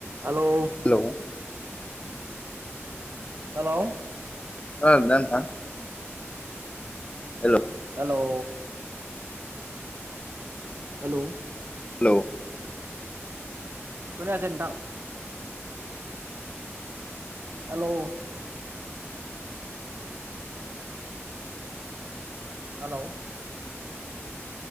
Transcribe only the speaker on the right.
Hello.
हेलौ।
हेलौ। हेलौ।
खोनाखै नोंथां। हेलौ। हेलौ।